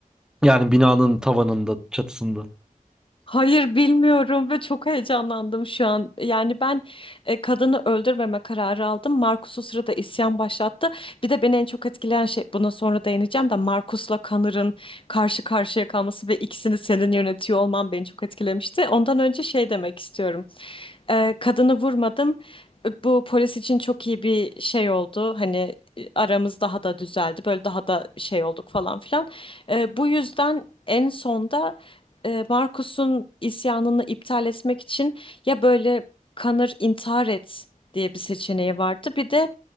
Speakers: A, in the centre; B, on the left.
A: yani binanın tavanında çatısında.
B: Hayır bilmiyorum ve çok heyecanlandım şu an. Yani ben e, kadını öldürmeme kararı aldım. Marcus o sırada isyan başlattı. Bir de beni en çok etkileyen şey, buna sonra değineceğim de Marcus'la Connor'ın karşı karşıya kalması ve ikisini senin yönetiyor olman beni çok etkilemişti. Ondan önce şey demek istiyorum. E, kadını vurmadım. E, Bu polis için çok iyi bir şey oldu. Hani e, aramız daha da düzeldi. Böyle daha da şey olduk falan filan. E, bu yüzden en sonda e, Marcus'un isyanını iptal etmek için ya böyle kanır intihar et diye bir seçeneği vardı. Bir de